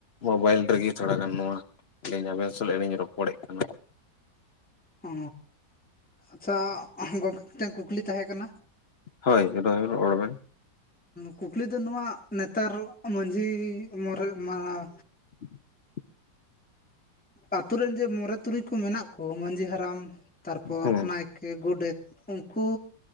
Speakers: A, on the left; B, in the centre.
A: ᱢᱚᱵᱟᱭᱤᱞ ᱨᱮᱜᱮ ᱛᱷᱚᱲᱟᱜᱟᱱ ᱱᱚᱣᱟ ᱞᱤᱧ ᱟᱵᱮᱱ ᱥᱟᱞᱟᱜᱤᱧ ᱨᱚᱯᱚᱲᱮᱫ ᱠᱟᱱᱟ᱾
B: ᱚᱻ ᱟᱪᱷᱟ ᱜᱚᱝᱠᱮ ᱢᱤᱫ ᱴᱮᱱ ᱠᱩᱠᱞᱤ ᱛᱟᱦᱮᱸ ᱠᱟᱱᱟ
A: ᱦᱳᱭ ᱨᱚᱦᱚᱭ ᱨᱚᱲ ᱵᱮᱱ
B: ᱠᱩᱠᱞᱤ ᱫᱚ ᱱᱚᱣᱟ ᱱᱮᱛᱟᱨ ᱢᱟᱺᱡᱷᱤ ᱢᱬᱮ ᱢᱟᱱᱟᱣ
A: <unintelligible>
B: ᱟᱛᱩᱨ ᱨᱮᱱ ᱡᱮ ᱢᱚᱬᱮ ᱛᱩᱨᱩᱭ ᱠᱚ ᱢᱮᱱᱟᱜ ᱠᱚ ᱢᱟᱹᱡᱷᱤ ᱦᱟᱲᱟᱢ ᱛᱟᱨᱯᱚᱨ
A: ᱦᱮᱸ
B: ᱱᱟᱭ ᱠᱮ ᱜᱚᱰᱮᱛ ᱩᱝᱠᱩ